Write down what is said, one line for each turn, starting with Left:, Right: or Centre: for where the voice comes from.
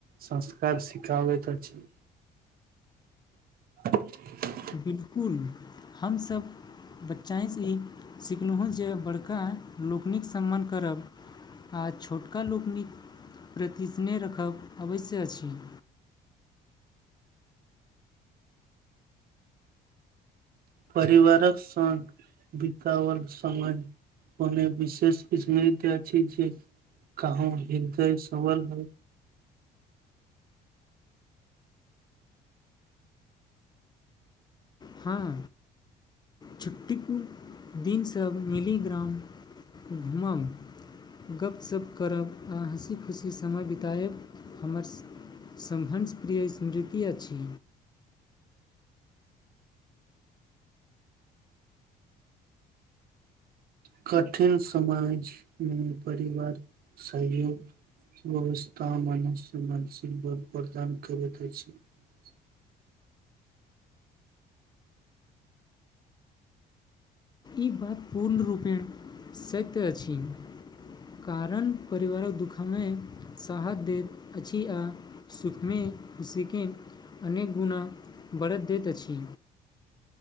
Right: संस्कार सिखाबैत अछि <inaudible>
Left: बिलकुल हमसभ बच्चाँ सँ ई सिखलहुँ जे बड़का लोकनिक सम्मान करब आ छोटका लोकनिक प्रति स्नेह रखब अवश्य अछि <inaudible>
Right: परिवारक संग बिताावल समय ओने विशेष स्मृति अछी जे कहूं हृदय सबवल है
Left: हँ छुट्टी पूर्व दिन सब मिली ग्राम घुमब गप्पशप करब आ हँसी खुशी समय बितायब हमर श्भर्ष प्र्रिय स्मृति अछि
Right: कठिन समाज मे परिवार सहयोग वथा मान्य मान प्रदान करैत छै <unintelligible>
Left: ई बात पूर्णरूपेण सत्य अछि। कारण परिवारक दुखमे साहस दैत अछि आ सुखमें <inaudible> अनेक गुणा बरत दैत अछि।